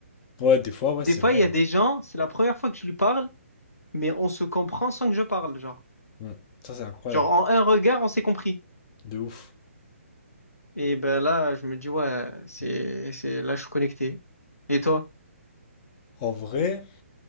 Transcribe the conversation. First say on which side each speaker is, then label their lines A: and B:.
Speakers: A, on the left; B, on the left.
A: Ouais, des fois, ouais,
B: Des
A: c'est
B: fois,
A: vrai.
B: il y a des gens, c'est la première fois que je lui parle, mais on se comprend sans que je parle. Genre,
A: Mm. Ça, c'est incroyable.
B: genre en un regard, on s'est compris.
A: De ouf.
B: Et ben là, je me dis, ouais, c'est, c'est, là, je suis connecté. Et toi?
A: En vrai,